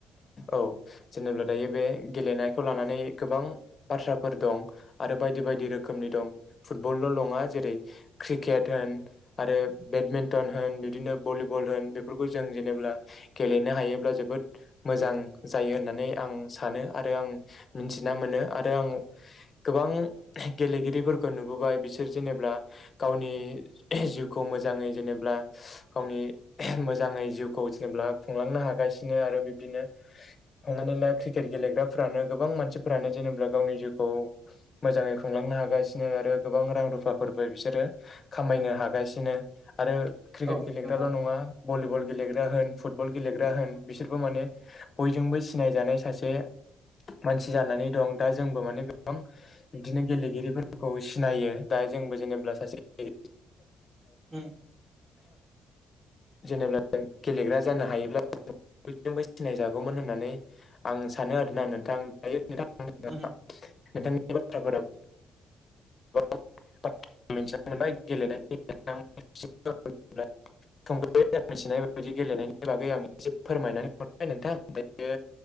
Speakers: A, on the left; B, on the right.
A: औ जेनेब्ला दायो बे गेलेनायखौ लानानै गोबां बाथ्राफोर दं आरो बायदि बायदि रोखोमनि दं फुटबल' नङा जेरै क्रिकेट होन आरो बेटमिनटन होन बिदिनो भलिबल होन बेफोरखौ जों जेनेब्ला गेलेनो हायोब्ला जोबोद मोजां जायो होननानै आं सानो आरो आं मिथिना मोनो आरो आं गोबां गेलेगिरि फोरखौ नुबोबाय बिसोर जेनेब्ला गावनि जिउखौ मोजाङै जेनेब्ला गावनि मोजाङै जिउखौ जेनेब्ला खुंलांनो हागासिनो आरो बिब्दिनो साननानै ला क्रिकेट गेलेग्राफ्रानो गोबां मानसिफोरानो जेनेब्ला गावनि जिउखौ मोजाङै खुंलां नो हागासिनो आरो गोबां रां रुफाफोरबो बिसोरो खामायनो हागासिनो। आरो क्रिकेट
B: औ
A: गेलेग्राल'
B: नोंथां
A: नङा‌ भलिबल गेलेग्रा होन फुटबल गेलेग्रा होन बिसोरबो माने बय जोंबो सिनायजानाय सासे मानसि जानानै दं दा जोंबो माने गोबां बिदिनो गेलेगिरिफोरखौ सिनायो दा जोंबो जेनोब्ला सासे
B: ओम
A: जेनेब्ला गेलेग्रा जानो हायोब्ला बयजोंबो सिनाय जागोन। होननानै आं सानो आरोना नोंथां दायो नोंथांनि
B: उम
A: <unintelligible> नोंथांनि बाथ्राफोरा बाय गेलेनाय <unintelligible> <unintelligible> बेदि गेलेनायनि बागै आं एसे फोरमायनानै हरबाय नोंथां दायो